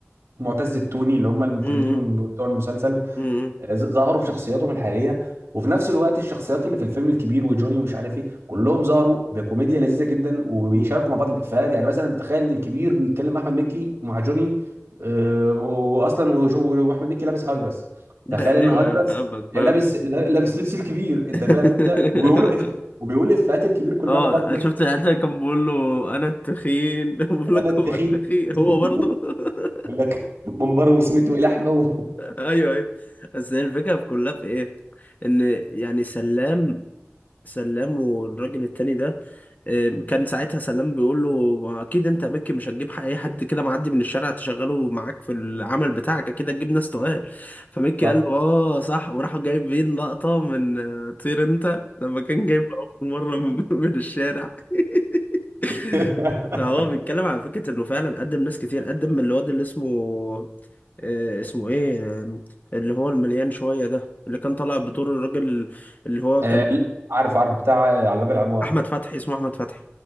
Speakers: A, on the right (about 80°); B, on the left (about 40°).
A: معتز التوني اللي هم المخرجين
B: مم.
A: والم- بتوع المسلسل
B: مم.
A: ز- ظهروا بشخصياتهم الحقيقيه وفي نفس الوقت الشخصيات اللي في الفيلم الكبير وجوني ومش عارف ايه كلهم ظهروا بكوميديا لذيذه جدا وبيشاركوا
B: مم.
A: مع بعض الافيهات يعني مثلا تخيل ان الكبير بيتكلم مع احمد مكي مع جوني آه، واصلا وجو- واحمد مكي لابس هاجرس
B: <laughs>
A: تخيل ان
B: ايوه
A: هاجرس
B: ايوه فاهمك فاهمك
A: لابس لابس لبس الكبير انت
B: <laughs>
A: فاهم انت وبيقولوا إف... وبيقول افيهات الكبير كلها
B: اه
A: مع بعض
B: أنا
A: في نفس
B: شفت
A: الوقت
B: الحته اللي كان بيقول له انا التخين <laughs> بقول لك
A: انا التخين
B: هو التخين
A: <laughs>
B: هو برضه
A: يقول
B: <laughs>
A: لك منبره وسمته لحمه و...
B: ايوه ايوه بس هي الفكره في كلها في ايه ان يعني سلام سلام والراجل التاني ده آم، كان ساعتها سلام بيقول له ما اكيد انت يا مكي مش هتجيب اي حد كده معدي من الشارع تشغله معاك في العمل بتاعك اكيد هتجيب ناس تقال فمكي
A: صح
B: قال له اه صح وراح جايبين لقطة من آه، طير انت لما كان جايب اول مرة من <laughs> من الشارع <laughs>
A: <laughs>
B: فهو بيتكلم على فكرة انه فعلا قدم ناس كتير قدم الواد اللي اسمه آه، اسمه ايه آم، اللي هو المليان شوية ده اللي كان طالع بدور الراجل اللي هو
A: آه
B: كان
A: لا، عارف عارف بتاع آه، على باب العماره
B: احمد فتحي اسمه احمد فتحي